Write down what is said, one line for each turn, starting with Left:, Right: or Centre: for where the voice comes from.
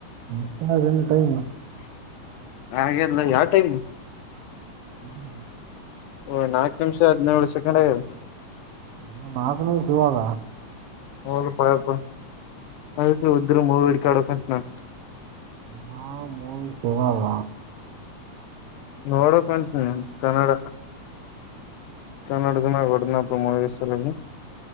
Right: ಮಿಸ್ಸಾಗಿನ್ ಟೈಮ್
Left: ಹಾಗೆಲ್ಲ ಯಾವ ಟೈಮ್
Right: ಹ್ಮ್
Left: ಓ ನಾಕ ನಿಮಷ ಹದಿನೇಳು <unintelligible>
Right: ನನ್ ಆಕನೇ ಶುವಾಗ
Left: ಹೌದಪ್ಪ ಯಪ್ಪ ಅದ ಉದ್ರಿ ಮೂವ ಹಿಡ್ಕಾಡಕುಂತೀನಿ
Right: ನಾವು ತೊಗೋಲ್ಲ
Left: ನೋಡಕುಂತಿನಿ ಕನ್ನಡ ಕನ್ನಡುಗನ ಕೊಡನಾ ಮಲ